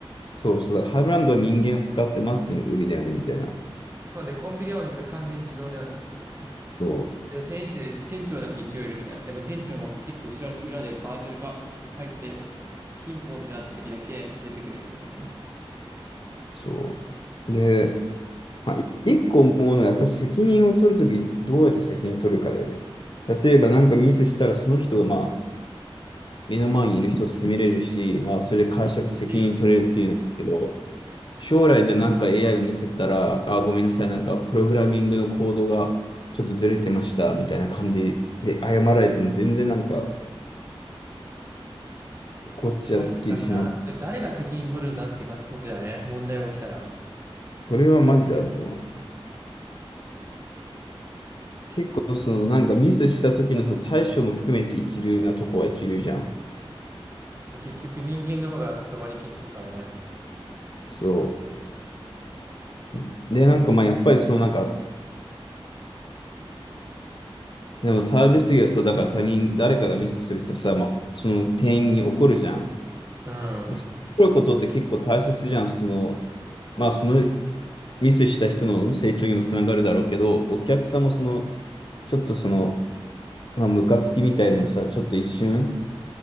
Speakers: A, on the left; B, on the right.
A: そうそう。だからハイブランドは人間を使ってますっていうのが売りだよね、みたいな。
B: そうね、コンビニはず完全自動だよねっていう。
A: そう。
B: で、店主で、店長だけ一応いるみたいな。でも店長も結構後ろ、裏でバーチャル化入って、ピンポンってなった時だけ出てくるみたいなね。
A: そう。で、まあ、い一個思うのは、やっぱり責任を取るとき、どうやって責任取るかだよね。例えばなんかミスしたら、その人を、まあ、目の前にいる人を責めれるし、まあ、それで会社が責任取れるっていうのがあるけど、
B: いいっすね。
A: 将来じゃなんか AI がミスったら、あ、ごめんなさい、なんかプログラミングのコードがちょっとずれてました、みたいな感じで謝られても全然なんか、こっちはスッキリしない。
B: 確かにな。それ誰が責任取るんだっていうかことだよね。問題が起きたら。
A: それはマジであると思う。結構そのなんかミスした時のその対処も含めて一流なとこは一流じゃん。
B: で、結局人間の方がちょっと割り切ってるからね。
A: そう。で、なんかまあやっぱりそのなんか、でもサービス業はそうだから他人、誰かがミスするとさ、まあ、その店員に怒るじゃん。
B: うん。
A: で、怒ることって結構大切じゃん。その、まあそのミスした人の成長にもつながるだろうけど、お客さんもその、ちょっとその、まあ、ムカつきみたいのもさ、ちょっと一瞬